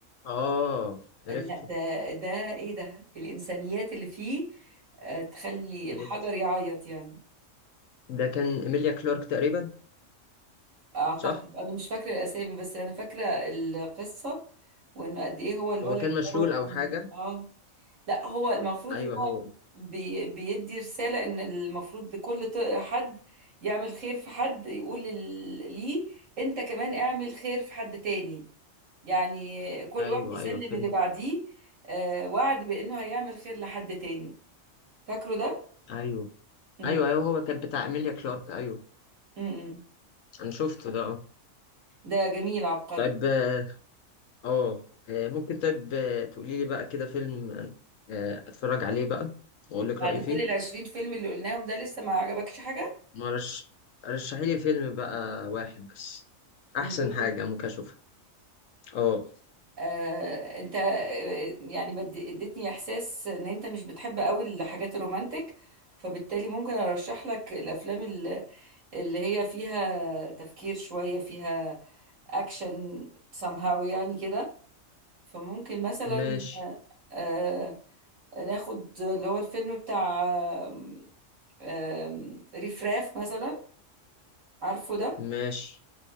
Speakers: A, on the left; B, on the right.
A: اه عرفته
B: لا ده ده ايه ده الانسانيات اللي فيه آه، تخلي الحجر
A: عرفته
B: يعيط يعني
A: ده كان إيميليا كلارك تقريبا
B: اعتقد
A: صح
B: انا مش فاكره الاسامي بس انا فاكره القصه وانه قد ايه هو الولد
A: هو كان مشلول
B: دوت
A: او
B: كان
A: حاجة
B: اه لا هو المفروض
A: ايوه
B: ان
A: هو
B: هو بي بيدي رساله ان المفروض كل ط- حد يعمل خير في حد يقول لل- ليه انت كمان اعمل خير في حد تاني يعني كل
A: ايوه
B: واحد يسلم
A: ايوه فهمت
B: اللي بعديه آه، وعد بانه هيعمل خير لحد تاني فاكره ده؟
A: ايوه
B: امم
A: ايوه ايوه هو كان بتاع إيميليا كلارك ايوه
B: امم
A: انا شفته ده اه
B: ده جميل عبقري
A: طيب اه آه، آه، ممكن طيب آه، تقولي لي بقى كده فيلم آه، آه، اتفرج عليه بقى واقول لك
B: بعد
A: رأيي
B: كل
A: فيه
B: العشرين فيلم اللي قلناهم ده لسه ما عجبكش حاجة
A: مرش رشحي لي فيلم بقى واحد بس
B: من
A: احسن
B: دول
A: حاجة
B: كل
A: ممكن اشوفها اه
B: آه انت آه، يعني ما ادي- اديتني احساس ان انت مش بتحب قوي الحاجات الرومانتك فبالتالي ممكن ارشح لك الافلام ال- اللي هي فيها تفكير شوية فيها اكشن somehow يعني كده فممكن مثلا
A: ماشي
B: آه آه، ناخد اللي هو الفيلم بتاع آم، آم، رفراف مثلا عارفه ده
A: ماشي